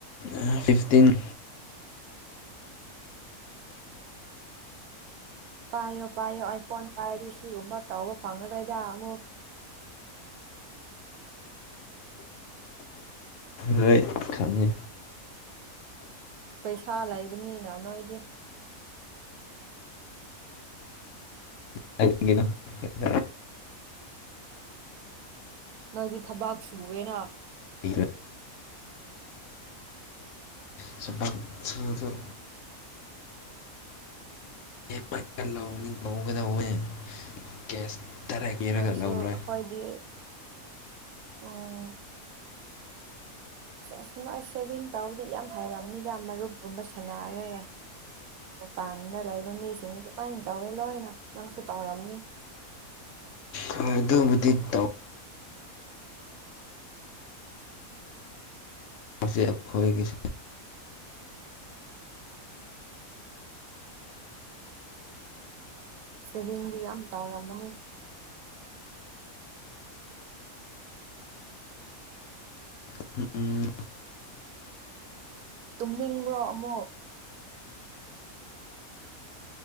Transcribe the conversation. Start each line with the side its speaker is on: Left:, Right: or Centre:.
Left: ꯑ ꯐꯤꯐꯇꯤꯟ
Right: ꯄꯥꯏꯌꯣ ꯄꯥꯏꯌꯣ ꯑꯥꯏꯐꯣꯟ ꯄꯥꯏꯔꯗꯤ ꯁꯤꯒꯨꯝꯕ ꯇꯧꯕ ꯐꯪꯉꯔꯣꯏꯗꯥ ꯑꯃꯨꯛ
Left: ꯍꯣꯏ ꯈꯅꯤ
Right: ꯄꯩꯁꯥ ꯂꯩꯕꯅꯤꯅ ꯅꯣꯏꯗꯤ
Left: ꯍꯥꯏꯅꯤꯡꯒꯤꯅꯣ ꯑꯦꯗ
Right: ꯅꯣꯏꯗꯤ ꯊꯕꯥꯛ ꯁꯨꯑꯦꯅ
Left: ꯂꯩꯔ ꯁ ꯁꯁꯨ <unintelligible> ꯇꯧꯒꯗꯧꯋꯦ ꯀꯦꯁ ꯗꯥꯏꯔꯦꯛ ꯄꯤꯔꯒ
Right: ꯍꯣꯏꯁꯨ
Left: ꯂꯧꯔꯣꯏ
Right: ꯑꯈꯣꯏꯗꯤ ꯎꯝ ꯁ ꯑꯁ ꯅꯣꯏ ꯁꯦꯚꯤꯡ ꯇꯧꯕꯗꯤ ꯌꯥꯝ ꯍꯩꯔꯝꯅꯤꯗ ꯃꯔꯨꯞꯀꯨꯝꯕ ꯁꯥꯟꯅꯔꯒ ꯃꯄꯥꯟꯗ ꯂꯩꯕ ꯃꯤꯁꯤꯡꯅꯤ ꯑꯗꯨꯃꯥꯏꯅ ꯇꯧꯋꯦ ꯂꯣꯏꯅ ꯅꯪꯁꯨ ꯇꯧꯔꯝꯅꯤ
Left: ꯍꯣꯏ ꯑꯗꯨꯕꯨꯗꯤ ꯇꯧ ꯃꯁꯤ ꯑꯩꯈꯣꯏꯒꯤꯁꯦ
Right: ꯁꯦꯚꯤꯡꯗꯤ ꯌꯥꯝ ꯇꯧꯔꯝꯝꯕꯅꯤ
Left: <unintelligible>
Right: ꯇꯨꯝꯅꯤꯡꯕ꯭ꯔꯣ ꯑꯃꯨꯛ <inaudible>